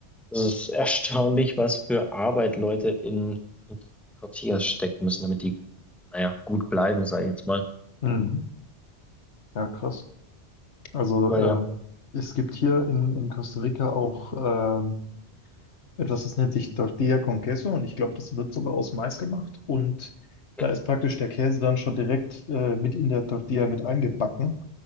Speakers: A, in the centre; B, on the left (about 80°).
A: es ist erstaunlich, was für Arbeit Leute in, in Tortillas stecken müssen, damit die, naja, gut bleiben, sage ich jetzt mal.
B: Mhm. Ja, krass. Also
A: Aber
B: ähm,
A: ja.
B: es gibt hier in, in Costa Rica auch ähm, etwas, das nennt sich Tortilla con Queso und ich glaube, das wird sogar aus Mais gemacht und
A: Mhm.
B: da ist praktisch der Käse dann schon direkt äh, mit in der Tortilla mit eingebacken